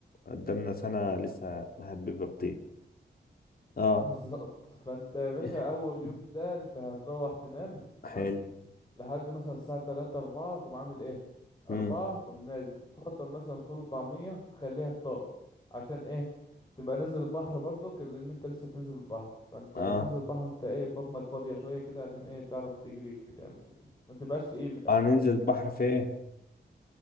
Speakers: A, on the left; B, on the left.
A: قدامنا سنة لسه مهببة بطيء اه
B: بالظبط فانت يا باشا
A: <laughs>
B: اول يوم ده انت هتروح تنام تمام
A: حلو
B: لحد مثلا الساعة تلاتة أربعة تقوم عامل ايه أربعة
A: مم.
B: تقوم نازل تفطر مثلا فول وطعمية خليها فطار عشان ايه تبقى نازل البحر برضك لأن انت لسه تنزل البحر فانت
A: اه
B: هتنزل البحر وانت ايه بطنك فاضية شوية كده عشان ايه تعرف تجري تعمل تاني، ما تبقاش تقيل من الآخر
A: هننزل البحر فين